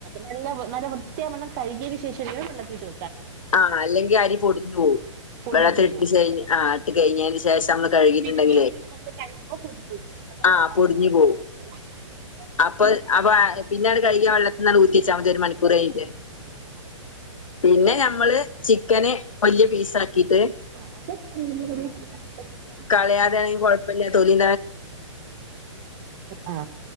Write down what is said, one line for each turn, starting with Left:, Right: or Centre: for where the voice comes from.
Right: നല്ല നല്ല വൃത്തിയാവണ്ണം കഴുകിയതിന് ശേഷം വെള്ളത്തിലിട്ട്
Left: ആഹ അല്ലെങ്കിൽ അരി പൊടിഞ്ഞു പോവും
Right: പൊടിഞ്ഞു
Left: വെള്ളത്തിട്ടു
Right: പോവും
Left: കഴിഞ് ആ് ഇട്ട് കഴിഞ്ഞതിന് ശേഷം നമ്മള് കഴുകിയിട്ടുണ്ടെങ്കിലേ
Right: പിന്നെ വീണ്ടും വീണ്ടും നമ്മള് കഴുകുമ്പോൾ പൊടിഞ്ഞു പോകും നമ്മൾ
Left: ആഹ് പൊടിഞ്ഞു
Right: നന്നായിട്ട്
Left: പോവും
Right: നമ്മ ചോൽക്കാൻ വേണ്ടിത്തി
Left: അപ്പൊ അപ്പൊ പിന്നെ അത് കഴുകിയ വെള്ളത്തിന്നാണ്ട് ഊറ്റി വെച്ചാൽ
Right: <unintelligible>
Left: ഒരു മണിക്കൂറൈഞ്ഞിട്ട്
Right: ആ ആ
Left: പിന്നെ ഞമ്മള് ചിക്കന് വലിയ പീസ ആക്കിട്ട്
Right: അത
Left: കളയാതെണെങ്കിൽ കുഴപ്പമില്ല തൊലീ
Right: ആ